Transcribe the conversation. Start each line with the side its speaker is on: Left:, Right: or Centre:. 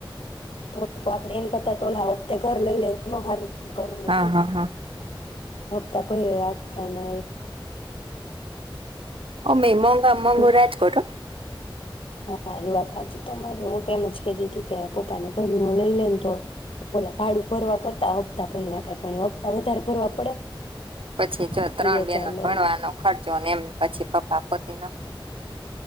Left: તો તો આપડે એમ કરતા તો ઓલા હપતે ઘર લઈ લઈ એ ન હારું. ઘરનું.
Right: હા હા હા
Left: હપ્તા ભયરે રાખાયને.
Right: અમેય
Left: ઓલું
Right: <unintelligible> રાજકોટ હો.
Left: હા એ વાત હાચી તમારી હું તો એમજ કેતીતી કે પોતાનું ઘરનું લઈ લઈને તો ઓલુ ભાડુ ભરવા કરતા હપ તા ભરી નખાય પણ એ હપ્તા વધારે ભરવા પડે.
Right: પછી જો
Left: ત્રી
Right: ત્રણ
Left: હજાર
Right: બેનો
Left: ને
Right: ભણવાનો ખર્ચો એમ પછી પપ્પા પોતી ન <unintelligible> <inaudible>